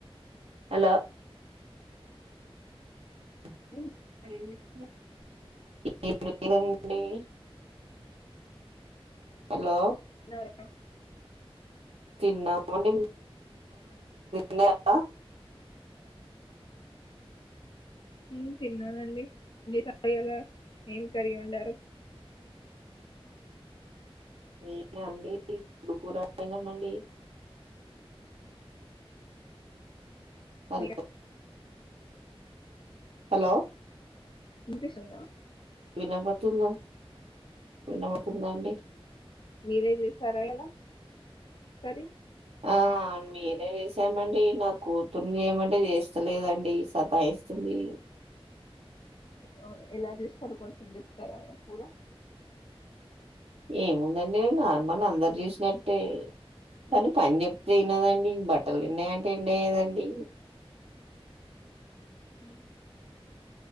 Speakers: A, on the right; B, on the left.
A: హలో <unintelligible>
B: ఏం
A: <unintelligible> ఏండి హలో
B: తిన్నార
A: తిన్నామండి <unintelligible>
B: హ్మ్ తిన్నానండి సరయ్యలా ఏం కర్రీ వండారు
A: ఏ అండి ముందుగుర అయినా అండి అర
B: మీకు
A: హలో
B: వినిపిస్తుందా
A: వినపడుతుందా వినపడుతుందా అండి
B: మీరే చేసారా ఇలా సరి
A: ఆ మీరే చేసామండి నా కూతుర్ని చేయమంటే చేస్తలేదండి సతాయిస్తుంది.
B: అవును ఎలా చేస్తారు కొంచెం చెప్తారా కూర
A: ఏముందండి నార్మల్ అందరు చూసినట్టే కానీ పని చెప్తే తినదండి బట్టలు పిండేయ్ అంటే పిండేయదండి
B: ఉ